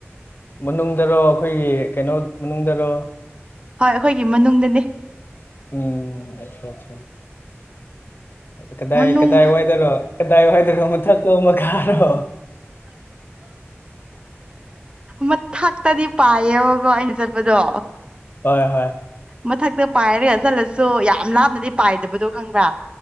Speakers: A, on the left (about 50°); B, on the right (about 20°).
A: ꯃꯅꯨꯡꯗꯔꯣ ꯑꯩꯈꯣꯏꯒꯤ ꯀꯩꯅꯣ ꯃꯅꯨꯡꯗꯔꯣ
B: ꯍꯣꯏ ꯑꯩꯈꯣꯏꯒꯤ ꯃꯅꯨꯡꯗꯅꯦ
A: ꯎꯝ ꯑꯆꯥ ꯑꯆꯥ ꯀꯗꯥꯏ
B: ꯃꯅꯨꯡ
A: ꯀꯗꯥꯏ ꯋꯥꯏꯗꯔꯣ ꯀꯗꯥꯏ ꯋꯥꯏꯗꯔꯣ ꯃꯊꯛꯂꯣ ꯃꯈꯥꯔꯣ
B: ꯃꯊꯛꯇꯗꯤ ꯄꯥꯏꯌꯦꯕꯀꯣ ꯑꯩꯅ ꯆꯠꯄꯗꯣ
A: ꯍꯣꯏ ꯍꯣꯏ
B: ꯃꯊꯛꯇ ꯄꯥꯏꯔꯒ ꯆꯠꯂꯁꯨ ꯌꯥꯝ ꯂꯥꯞꯅꯗꯤ ꯄꯥꯏꯗꯕꯗꯣ ꯈꯪꯕ꯭ꯔꯥ